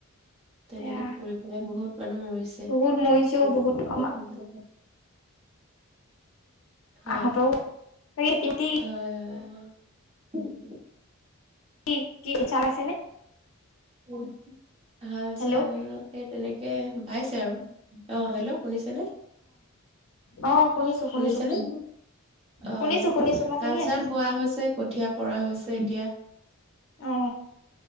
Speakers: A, on the right; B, on the left.
A: তেনেকে
B: এয়া
A: পৰি পেলাই বহুত মানুহ মৰিছে।
B: বহুত
A: <inaudible> <inaudible>
B: মৰিছেও বহুত আমা
A: হয়,
B: আহঁতও <unintelligible>
A: হয়, <inaudible>
B: কি কি চান আছেনে?
A: <inaudible> হাল
B: হেল্ল'
A: চাল এই তেনেকে, বাইছে আৰু অ হেল্ল' শুনিছেনে,
B: অ শুনিছো
A: শুনিছেনে
B: শুনিছো।
A: অ
B: শুনিছো শুনিছো মই
A: হাল
B: শুনি আছো।
A: চাল বোৱা হৈছে কঠীয়া পৰা হৈছে এতিয়া।
B: অ